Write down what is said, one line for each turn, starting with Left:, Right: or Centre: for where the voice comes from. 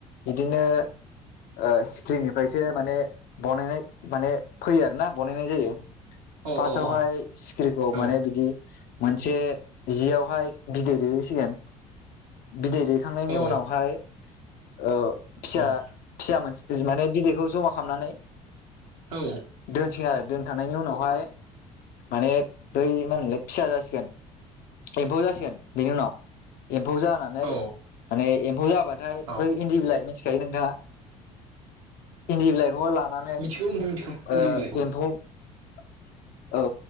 Left: इदिनो ओ सिक्रिनिफ्रायसो माने बनायनाय माने फैयो आरो ना बनायनाय जायो
Right: अ
Left: फार्स्टावहाय
Right: अ
Left: सिखिरिखौ
Right: औ
Left: माने बिदि मोनसे जियावहाय बिदै दैहैसिगोन बिदै दैहो खांनायनि
Right: औ
Left: उनावहाय ओ फिसा
Right: उम
Left: फिसा मोनसे माने बिदैखौ जमा खालामनानै
Right: औ
Left: दोनसै आरो दोन थांनायनि उनावहाय माने बै मा होनलाय फिसा जासिगोन एम्फौ जासिगोन बेनि उनाव एम्फौ जानानै
Right: औ
Left: माने एम्फौ जाबाथाय
Right: औ
Left: बै इन्दि बिलाइ <unintelligible> <unintelligible> नोंथाङा इन्दि बिलाइ लानानै ओ
Right: मिथिगौ नोंथां मिथिगौ बिलाय औ
Left: एम्फौ औ